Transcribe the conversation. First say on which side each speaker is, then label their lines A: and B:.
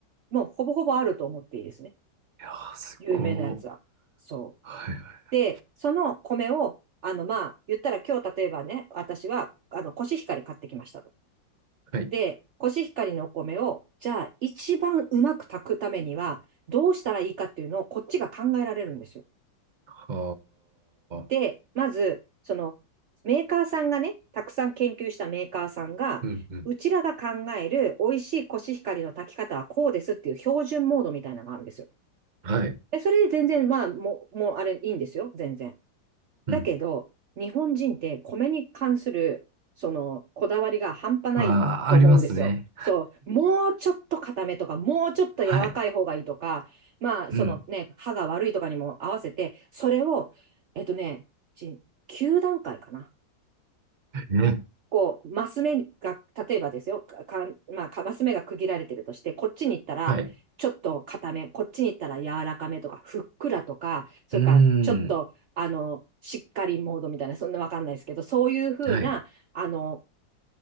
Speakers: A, on the right (about 70°); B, on the right (about 35°).
A: もうほぼほぼあると思っていいですね。
B: やー、すごー。
A: 有名なやつは。そう。
B: はい、は
A: で、その米を、あの、まあ、言ったら今日例えばね、私は、あの、コシヒカリ買ってきましたと。
B: い。はい。
A: で、コシヒカリのお米を、じゃあ、一番うまく炊くためには、どうしたらいいかっていうのを、こっちが考えられるんですよ。
B: は
A: で、
B: ー。
A: まず、その、メーカーさんがね、たくさん研究したメーカーさんが、
B: うん、うん。
A: うちらが考える美味しいコシヒカリの炊き方はこうですっていう標準モードみたいなのがあるんですよ。
B: はい。
A: で、それで全然、まあ、もう、もうあれいいんですよ。全然。
B: うん
A: だけど、日本人って米に関する、その、こだわりが半端ないと思うんですよ。
B: まあ、ありますね。
A: そう、もうちょっと固めとか、もうちょっと柔らかい方がいいとか、
B: はい。
A: まあ、
B: うん。
A: そのね、歯が悪いとかにも合わせて、それを、えっとね、いち9段階かな。
B: ね。
A: こう、マス目が、例えばですよ、か、かんまあ、かマス目が区切られてるとして、こっちに行ったら、
B: はい。
A: ちょっと硬め、こっちに行ったら柔らかめとか、ふっくらとか、それからちょっと、
B: うーん。
A: あの、しっかりモードみたいな、そんなわかんないですけど、そういうふうな、
B: はい。
A: あの、